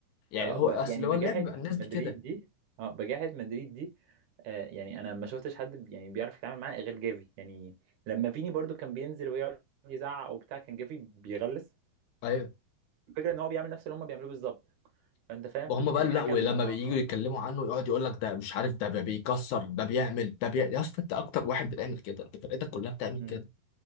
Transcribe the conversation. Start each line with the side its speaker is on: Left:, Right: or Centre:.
Left: يعني
Right: آه،
Left: هو
Right: ب...
Left: اصل
Right: يعني
Left: هو
Right: بجاحة
Left: اللعب بقى الناس
Right: مدريد
Left: دي كده
Right: دي اه بجاحة مدريد دي آه يعني انا ما شفتش حد ب- يعني بيعرف يتعامل معاه غير جافي يعني لما فيني برضو كان بينزل ويقعد يزعق او بتاع كان جافي بيغلس
Left: ايوه
Right: الفكرة ان هو بيعمل نفس اللي هم بيعملوه بالظبط فانت فاهم
Left: وهم بقى
Right: يعني
Left: لا
Right: الحكم
Left: ولما
Right: اه
Left: بييجوا
Right: اه
Left: يتكلموا عنه يقعد يقول لك ده مش عارف ده بي- بيكسر ده بيعمل ده بيعمل يا اسطى انت اكتر واحد بتعمل كده انت فرقتك كلها بتعمل
Right: مم.
Left: كده